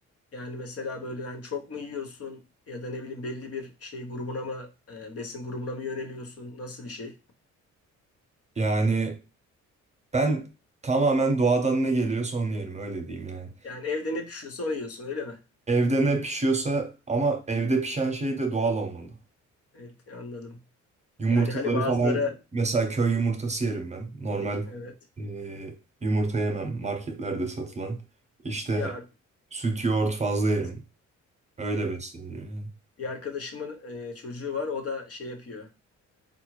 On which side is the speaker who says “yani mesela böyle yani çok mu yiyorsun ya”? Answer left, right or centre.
Left